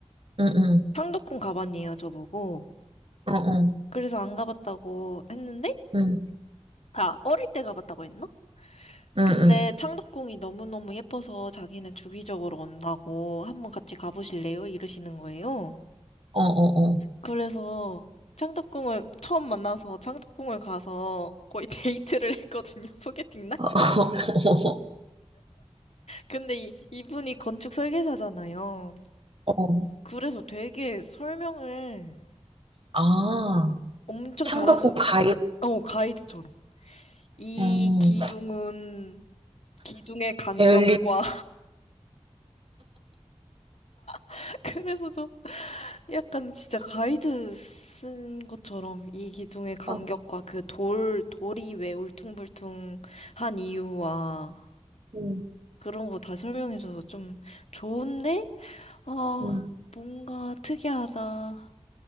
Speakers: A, on the right (about 50°); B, on the left (about 65°).
A: 응, 응,
B: 창덕궁 가봤네요, 저보고.
A: 어, 어,
B: 그래서 안 가봤다고 했는데
A: 응,
B: 아, 어릴 때 가봤다고 했나?
A: 응,
B: 근데
A: 응,
B: 창덕궁이 너무너무 예뻐서 자기는 주기적으로 온다고 한번 같이 가보실래요? 이러시는 거예요.
A: 어, 어, 어,
B: 그래서 창덕궁을 처음 만나서 창덕궁을 가서 거의 <laughs> 데이트를 했거든요. 소개팅 날.
A: <laughs> 어,
B: 근데 이, 이분이 건축 설계사잖아요.
A: 어, 어,
B: 그래서 되게 설명을
A: 아,
B: 엄청
A: 창덕궁
B: 잘하셔서
A: 가이드,
B: 어, 가이드처럼. 이
A: 어,
B: 기둥은 기둥의 간격과
A: 배울리,
B: <laughs> 그래서 저 약간 진짜 가이드 쓴 것처럼 이 기둥의 간격과
A: 어,
B: 그 돌, 돌이 왜 울퉁불퉁한 이유와
A: 응,
B: 그런 거 다 설명해줘서 좀 좋은데? 아,
A: 응,
B: 뭔가 특이하다.